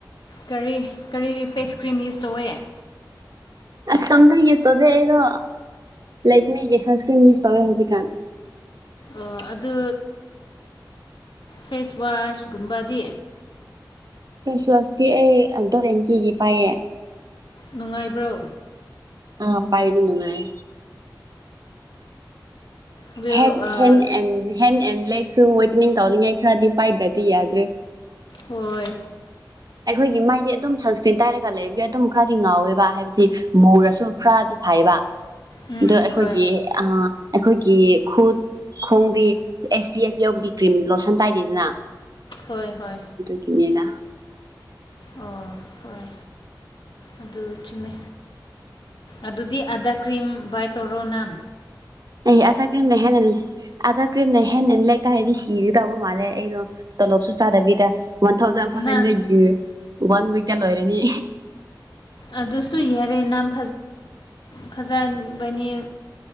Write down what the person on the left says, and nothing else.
ꯀꯔꯤ ꯀꯔꯤ ꯐꯦꯁ ꯀ꯭ꯔꯤꯝ ꯌꯨꯁ ꯇꯧꯋꯦ꯫
ꯑꯣ ꯑꯗꯨ ꯐꯦꯁꯋꯥꯁꯀꯨꯝꯕꯗꯤ
ꯅꯨꯡꯉꯥꯏꯕ꯭ꯔꯣ
ꯑꯗꯨ
ꯑꯥ
ꯍꯣꯏ
ꯎꯝ
ꯍꯣꯏ
ꯍꯣꯏ ꯍꯣꯏ
ꯑꯣ ꯍꯣꯏ ꯑꯗꯨ ꯆꯨꯝꯃꯦ꯫ ꯑꯗꯨꯗꯤ ꯑꯗꯥ ꯀ꯭ꯔꯤꯝ ꯕꯥꯏ ꯇꯧꯔꯣ ꯅꯍꯥꯟ
ꯅꯪ
ꯑꯗꯨꯁꯨ ꯌꯥꯔꯦ ꯅꯪ ꯐꯖꯟꯕꯅꯤ꯫